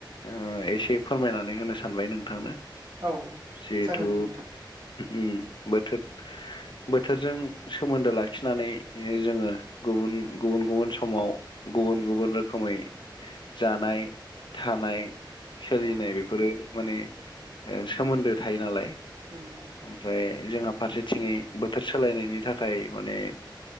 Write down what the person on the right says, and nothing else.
औ
जागोन दे नोंथां
औ
नोंगौ।